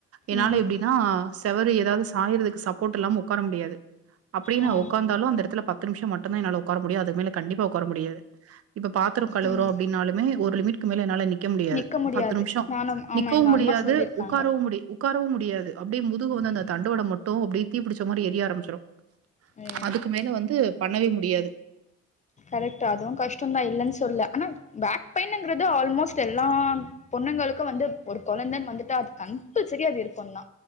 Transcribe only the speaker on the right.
என்னால
எப்படின்னா செவரு ஏதாவது சாயறதுக்கு சப்போர்ட் இல்லாம உக்கார முடியாது அப்படியே
நா ஒக்காந்தாலு அந்த எடத்துல பத்துநிமிஷ மட்டும் தா என்னால ஒக்கார முடியு அதுக்கு மேல கண்டிப்பா ஒக்கார முடியது இப்ப பாத்திர கழுவுறோ
அப்பின்னாலுமே ஒரு லிமிட்க மேல என்னால நி க்க முடியாது
பத்து நிமசோ
நிக்கவு
முடியாது
உக்காரவும் முடியாது உ க்காரவு முடியாது அப்டியே முதுகு வந்து
அந்த தண்டுவட மட்டு அடியே தீ பிடிச்சமாரி எரிய ஆம்பிச்சிரு
அதுக்கு மேல வந்து பண்ணவே முடியாது